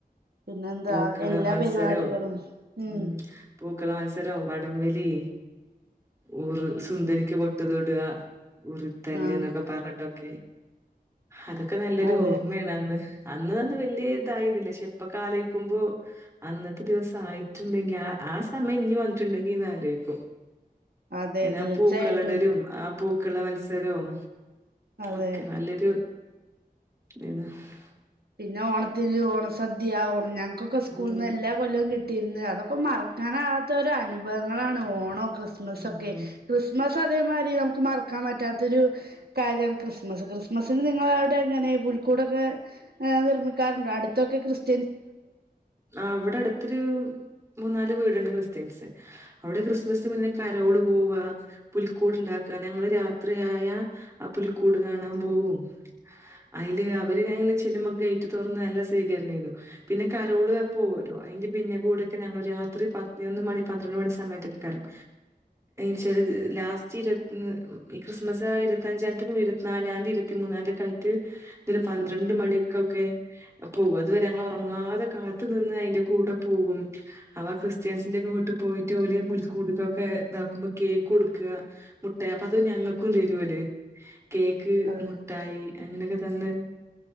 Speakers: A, on the right; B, on the right.
A: പിന്നെന്താ
B: പൂക്കള
A: എല്ലാ
B: മത്സരവും
A: പരിപാടികളും ഉം
B: ഉ പൂക്കള മത്സര രോം വടംവലി ഊറ് സുന്ദരിക്ക് പൊട്ട് തൊടുക ഉറിത്തല്ല്
A: ആഹ്
B: എന്നൊക്കെ പറഞ്ഞിട്ടൊക്കെ അതൊക്കെ നല്ലൊരു
A: അതെ
B: ഓർമ്മയാണ് അന്ന്. അന്ന് അത് വലിയ ഇതായിരുന്നില്ല പക്ഷെ ഇപ്പ ക്കാലോചിക്കുമ്പോ അന്നത്തെ ദിവസം ആയിട്ടിണ്ടെങ്കി ആ ആ സമയം ഇനി വന്നിട്ടിണ്ടെങ്കിന്ന് ആലോചിക്കും
A: അതെ
B: അതിന
A: തീർച്ചയായിട്ടും
B: പൂക്കളിടലും ആ പൂ ക്കള മത്സരോം
A: അതെ
B: ഒക്കെ നല്ലൊരു <unintelligible>
A: പിന്നെ ഓണത്തിന് ഓണസദ്യ ഓണം ഞാ നക്ക സ്കൂളിന്ന്
B: ഉം
A: എല്ലാ കൊല്ലവും കി ട്ടിയിരുന്ന് അതൊക്കെ മറക്കാനാവാത്ത ഒരു അനുഭവങ്ങളാണ് ഓണം. ക്രിസ്മസ്സൊക്കെ
B: ഉം ഉം.
A: ക്രിസ്മസ് അതേമാതിരി നമു <unintelligible> മറക്കാൻ പറ്റാത്തൊരു കാര്യമാണ് ക്രിസ്മസ് ക്രിസ്മസിന് നിങ്ങളവിടെ ഇങ്ങനെ പുൽക്കൂടൊക്കെ നിർമ്മിക്കാറുണ്ട് അടുത്തൊക്കെക്രിസ്
B: അവിടെ അടുത്തൊരു മൂന്നാല് വീടുണ് ക്രിസ്ത്യൻസ് അവിടെ ക്രിസ്മസിന് മുന്നെ കരോള് പോവുക പുലിക്കൂട്ണ്ടാക്കുക ഞങ്ങള് രാത്രിയായ ആ പുലിക്കൂട് കാണാൻ പോകും അതില് അവര്ങ്ങനെ ചെല്ലുമൊക്കെ യറ്റു തോറന്ന് നല്ല സ്വീകരണണംരുന്നു പിന്നെ കരോള് പോല്ലോ അതിന്റെ പിന്നെ കൂടെൊക്കെ ഞങ്ങൾ രാത്രി പതിനൊന്ന് മണി പന്ത്രണ്ട് മണി സമയത്തൊക്കെ കരം ച്ചാല് ലാസ്റ്റ് ഇരുപത്തി ഈ ക്രിസ്മസ് ഇരുപത്തിഞ്ചായിത്തേക്കും ഇരുപത്തിനാലാംതി ഇരുപത്തിമൂന്നാംതിയക്കെ യിട്ട് ഇല് പന്ത്രണ്ട്
A: അതെ
B: മണിക്കൊക്കെ പോകും അതുവരേ ഉറങ്ങാതെ കാത്തു നിന്ന് അതിന്റെ കൂടെ പോകും അവ ക്രിസ്ത്യൻസിന്റെ ഒക്കെ വീട്ടിൽ പോയിട്ട പോലെ പുടൊക്കെ ഇതാക്കുമ്പോ കേക്ക് കൊടുക്ക മുട്ടായി അപ്പ അത ഞങ്ങൾക്കും തരുല്ല കേക്ക്
A: അതെ
B: മുട്ടായി അങ്ങനെ തന്ന്